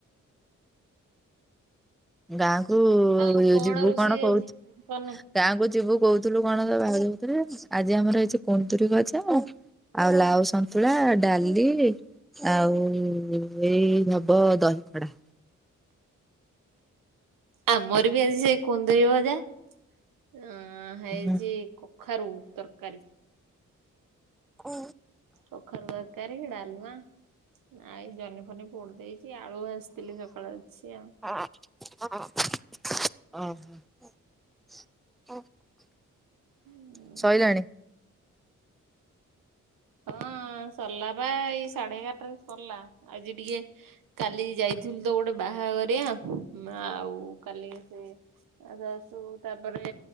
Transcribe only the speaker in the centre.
ଗାଁ କୁ
ଯିବୁ
କଣ କହୁଚୁ।
ଗାଁକୁ ଯିବୁ କହୁଥିଲୁ କଣ ତ ବାହାରେ ହେଇପାରିବନି ଆଜି ଆମର ହେଇଚି କୁନ୍ଦୁରି ଭଜା ଆଉ ଲାଉ ସନ୍ତୁଳା ଡାଲି ଆଉ ଏଇ ହବ ଦହିଖଡା।
ହୁଁ
ଉଁ।
ହଁ ହ ହ ହ <inaudible>
ସଇିଲାଣି?